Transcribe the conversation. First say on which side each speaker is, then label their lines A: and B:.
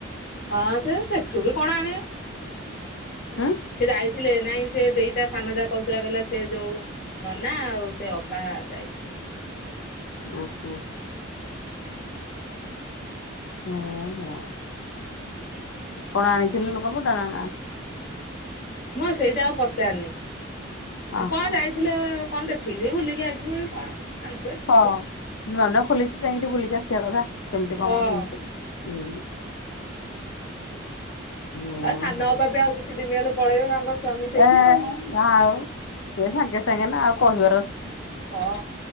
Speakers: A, on the left (about 55°); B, on the left (about 70°).
A: ହଁ ସେ ସେଠୁ ବି କଣ ଆଣିବେ?
B: ହୁଁ।
A: ସେ ଯାଇଥିଲେ ନାଇଁ ସେ ଦେଇତା ସାନ ଯା କହୁଥିଲା କହିଲା ଯୋଉ ନନା ଆଉ ସେ ଅପା ଆ ଯାଇଥିଲେ।
B: ଉହୁଁ।
A: ହୁଁ।
B: ହଁ ହ
A: ଏଇଆ
B: କଣ
A: ଆଉ
B: ଆଣିଥିଲୁ ଲୁଗାପଟା ନା
A: ମୁଁ ସେଇଟା ଆଉ ପଚାରନି
B: ଅ
A: କଣ
B: ହ
A: ଯାଇଥିଲେ କଣ ଦେଖେଇକି ବୁଲିକି ଆଇଥିବେ କଣ ଆଣିଥିବେ
B: ହଁ ନୂଆ ନୂଆ ଖୋଲିଛି ଯାଇକି ଟି ବୁଲିକି ଆସିବା କଥା। କେମିତି କଣ
A: ହଁ।
B: <unintelligible> ହୁଁ ଓହୋ
A: ହଁ ସାନ ଅପାା ବି ଆଉ କିଛି ଦିନି ଗଲେ ପଳେଇବେ ତାଙ୍କ ସ୍ଵାମୀ ସେଇଠି
B: ଏ ନା
A: ଆଉ
B: ଆଉ ସିଏ ସାଙ୍ଗେ ସାଙ୍ଗେ ନା ଆଉ କହିବାର ଅଛି।
A: ହଁ।